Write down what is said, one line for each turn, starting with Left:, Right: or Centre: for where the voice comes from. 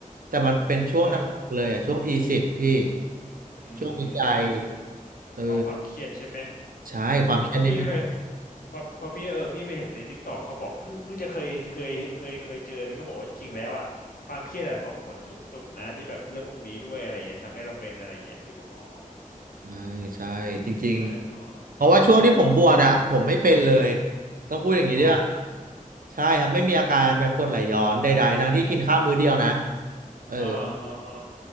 Right: แต่มันเป็นช่วงหนักๆเลยอ่ะช่วงทีสิบพี่
Left: เอออื
Right: ช่วงวิจัย
Left: ม
Right: เออ
Left: เพราะความเครียดใช่ไหม
Right: ใช่ความเครียดนี่มีผล
Left: เพราะเพราะพี่เคยเพราะเพราะพี่เออพี่ไปเห็นในทิกตอกเขาบอกเพิ่งเพิ่งจะเคยเคยเคยเคยเจอที่เขาบอกว่าจริงๆแล้วอ่ะความเครียดอะส่งผลสูงสุดนะที่แบบเรื่องพวกนี้ด้วยอะไรเงี้ยทำให้เราเป็นอะไรเงี้ยพี่บอกอ๋อ
Right: ใช่ใช่จริงๆเพราะว่าช่วงที่ผมบวชอะผมไม่เป็นเลย
Left: ใช่อ๋อ
Right: ต้องพูดอย่างนี้ด้วย
Left: อ๋อ
Right: ใช่ครับไม่มีอาการแบบกรดไหลย้อนใดๆทั้งที่กินข้าวมื้อเดียวนะเออ
Left: อ่าอ่าอ่า